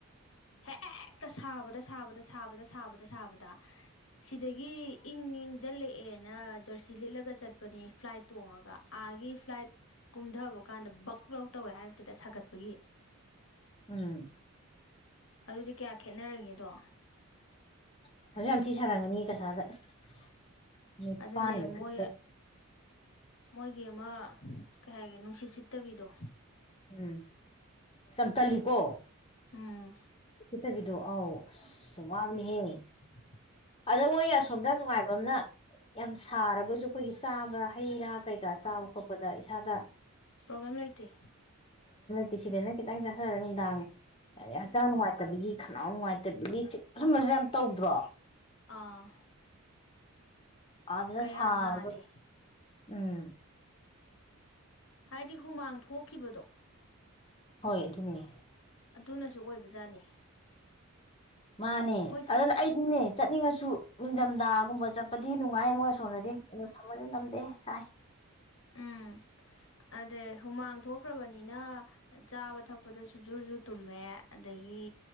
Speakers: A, on the left (about 65°); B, on the left (about 25°).
A: ꯍꯦꯛꯇꯥ ꯁꯥꯕꯗ ꯁꯥꯕꯗ ꯗ ꯁꯥꯕꯗ ꯁꯥꯕꯗ ꯁꯥꯕꯗ ꯁꯤꯗꯒꯤ ꯏꯪ ꯏꯪꯁꯤꯜꯂꯛꯑꯦꯅ ꯖꯔꯁꯤ ꯂꯤꯠꯂꯒ ꯆꯠꯄꯅꯤ ꯐ꯭ꯂꯥꯏꯠ ꯇꯣꯡꯉꯒ ꯑꯥꯒꯤ ꯐ꯭ꯂꯥꯏꯠ ꯀꯨꯝꯊꯕ ꯀꯥꯟꯗ ꯕꯛ ꯂꯧ ꯇꯧꯋꯦ ꯍꯥꯏꯕꯗꯨꯗ ꯁꯥꯒꯠꯄꯒꯤ
B: ꯎꯝ
A: ꯑꯗꯨꯗꯤ ꯀꯌꯥ ꯈꯦꯠꯅꯔꯒꯦꯗꯣ
B: <unintelligible> ꯁꯤ ꯁꯥꯔꯝꯒꯅꯤ ꯀꯁꯥꯗ ꯑꯁꯁ ꯅꯨꯠꯄꯥꯟꯒ
A: ꯑꯗꯨꯅꯦ
B: ꯊꯛꯇ
A: ꯃꯣꯏ ꯃꯣꯏꯒꯤ ꯑꯃ ꯀꯩ ꯍꯥꯏꯒꯦ ꯅꯨꯡꯁꯤꯠ ꯁꯤꯠꯇꯕꯤꯗꯣ
B: ꯎꯝ ꯆꯝꯇꯜꯂꯤꯀꯣ
A: ꯑꯝ
B: ꯈꯤꯠꯇꯕꯤꯗꯣ ꯑ ꯑꯁ ꯋꯥꯕꯅꯦꯍꯦ
A: <unintelligible>
B: ꯑꯗ ꯑꯣꯏ ꯑꯁ ꯁꯣꯝꯗ ꯅꯨꯡꯉꯥꯏꯕ ꯑꯃꯅ ꯌꯥꯝ ꯁꯥꯔꯒꯁꯨ ꯑꯩꯈꯣꯏꯒꯤ ꯆꯥꯕ ꯍꯩ ꯔꯥ ꯀꯩꯀꯥ ꯆꯥꯕ ꯈꯣꯠꯄꯗ ꯏꯁꯥꯗ
A: ꯄ꯭ꯔꯣꯕ꯭ꯂꯦꯝ ꯂꯩꯇꯦ
B: ꯇꯤꯛꯁꯤꯗꯅ ꯈꯤꯇꯪ ꯆꯡꯁꯔꯥ ꯅꯨꯡꯗꯥꯡ ꯍꯛꯆꯥꯡ ꯅꯨꯡꯉꯥꯏ ꯇꯕꯒꯤ ꯈꯅꯥꯎ ꯅꯨꯡꯉꯥꯏꯇꯕꯒꯤ ꯁꯨꯝꯕꯥꯖꯦ ꯌꯥꯝ ꯇꯧꯗ꯭ꯔꯣ
A: ꯑꯥ
B: ꯑꯗꯅ
A: ꯀꯌꯥ
B: ꯁꯥꯔ
A: ꯅꯥꯗꯦ
B: ꯎꯝ
A: ꯍꯥꯏꯗꯤ ꯍꯨꯃꯥꯡ ꯊꯣꯛꯈꯤꯕꯗꯣ
B: ꯍꯣꯏ ꯑꯗꯨꯅꯤ
A: ꯑꯗꯨꯅꯁꯨ ꯑꯣꯏꯕꯖꯥꯠꯅꯤ
B: ꯃꯥꯅꯦ
A: ꯑꯩꯈꯣꯏ ꯁꯤ
B: ꯑꯗꯨꯅ ꯑꯩꯗꯤꯅꯦ ꯆꯠꯅꯤꯡꯉꯁꯨ ꯅꯤꯡꯊꯝꯊꯥꯒꯨꯝꯕ ꯆꯠꯄ ꯁꯤ ꯅꯨꯡꯉꯥꯏ ꯃꯣꯏ ꯁꯣꯝꯗꯗꯤ ꯑꯗꯨ ꯊꯝꯃꯗꯤ ꯉꯝꯗꯦ ꯁꯥꯏ
A: ꯎꯝ ꯑꯗꯩ ꯍꯨꯃꯥꯡ ꯊꯣꯛꯈ꯭ꯔꯕꯅꯤꯅ ꯆꯥꯕ ꯊꯛꯄꯗ ꯁꯨꯖꯨꯨꯖꯨ ꯇꯨꯝꯃꯦ ꯑꯗꯒꯤ